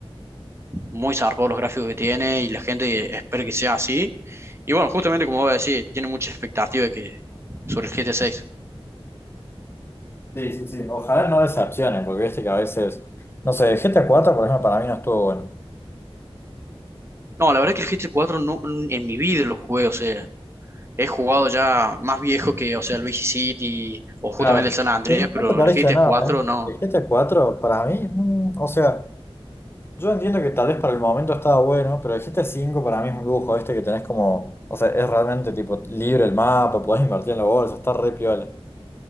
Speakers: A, on the right; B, on the left.
A: muy zarpados los gráficos que tiene y la gente espera que sea así. Y bueno, justamente como voy a decir, tiene mucha expectativa de que, sobre el G GTA seis
B: Sí, sí, sí. Ojalá no decepcionen, porque viste que a veces, no sé, el GTA 4 por ejemplo, para mí no estuvo bueno.
A: No, la verdad es que el G GTA 4 no, en mi vida lo jugué, o sea, he jugado ya más viejo que, o sea, el Vice City o justamente
B: Claro.
A: el San Andrés,
B: No,
A: pero
B: no te parece
A: el G GTA
B: nada,
A: 4
B: ¿eh?
A: no.
B: El GTA 4 para mí, mm, o sea. Yo entiendo que tal vez para el momento estaba bueno, pero el GTA V para mí es un lujo, este que tenés como, o sea, es realmente tipo libre el mapa, podés invertir en la bolsa, está re piola.